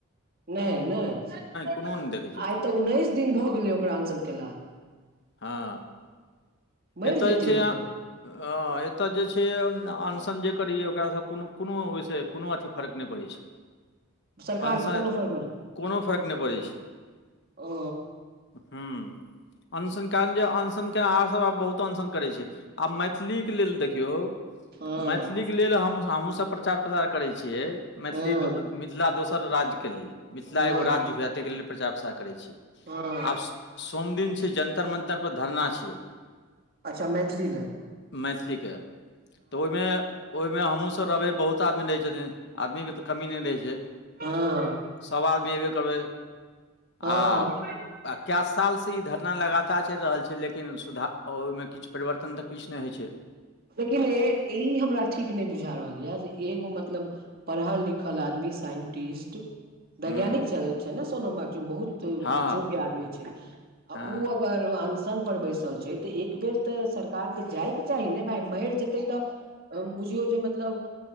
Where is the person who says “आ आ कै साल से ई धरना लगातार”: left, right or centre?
Left